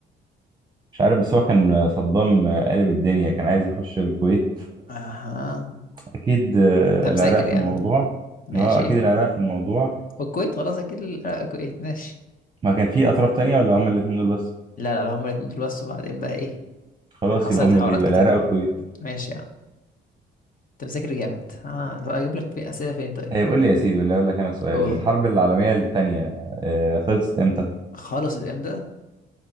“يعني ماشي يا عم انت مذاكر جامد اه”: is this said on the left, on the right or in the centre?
Left